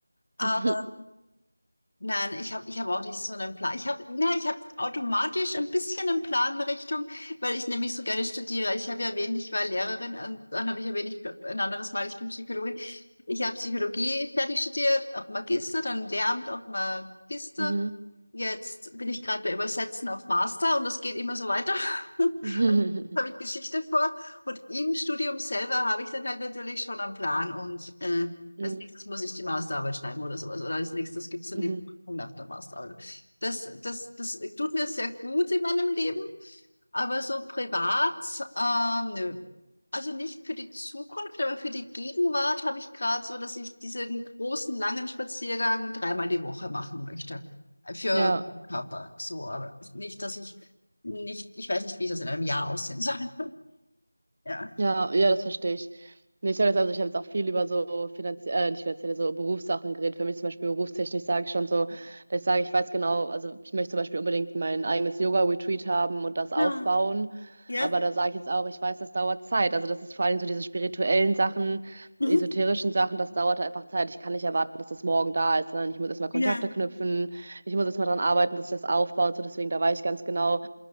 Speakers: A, on the left; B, on the right.
A: Aber
B: <laughs>
A: Nein, ich habe ich hab auch nicht so einen Plan. Ich habe, na, ich habe automatisch ein bisschen einen Plan in Richtung, weil ich nämlich so gerne studiere. Ich habe ja erwähnt, ich war Lehrerin und dann habe ich erwähnt, ich bin ein anderes Mal, ich bin Psychologin. Ich habe Psychologie fertig studiert, auf Magister, dann im Lehramt auf Magister.
B: Mhm.
A: Jetzt bin ich gerade bei Übersetzen auf Master und das geht immer so weiter. <laughs>
B: <laughs> Mhm.
A: habe ich Geschichte vor und im Studium selber habe ich dann halt natürlich schon einen Plan und äh,
B: Mhm.
A: als nächstes muss ich die Masterarbeit schreiben oder sowas oder als nächstes gibt es dann
B: Mhm.
A: die Prüfung nach der Masterarbeit. Das, das, das tut mir sehr gut in meinem Leben, aber so privat, ähm, nö. Also nicht für die Zukunft, aber für die Gegenwart habe ich gerade so, dass ich diesen großen, langen Spaziergang dreimal die Woche machen möchte. Für
B: Ja.
A: den Körper so, aber nicht, dass ich nicht, ich weiß nicht, wie das in einem Jahr aussehen soll. Ja.
B: Ja, ja, das verstehe ich. Nee, ich sage jetzt also, ich habe jetzt auch viel über so finanzielle, äh, nicht finanzielle, so Berufssachen geredet. Für mich zum Beispiel berufstechnisch sage ich schon so, dass ich sage, ich weiß genau, also ich möchte zum Beispiel unbedingt mein eigenes Yoga-Retreat haben und das aufbauen.
A: Ja. Ja.
B: Aber da sage ich jetzt auch, ich weiß, das dauert Zeit. Also das ist vor allem so diese spirituellen Sachen,
A: Mhm.
B: esoterischen Sachen, das dauert einfach Zeit. Ich kann nicht erwarten, dass das morgen da ist, sondern ich muss erstmal Kontakte
A: Ja.
B: knüpfen, ich muss erstmal dran arbeiten, dass ich das aufbaut. So deswegen, da weiß ich ganz genau.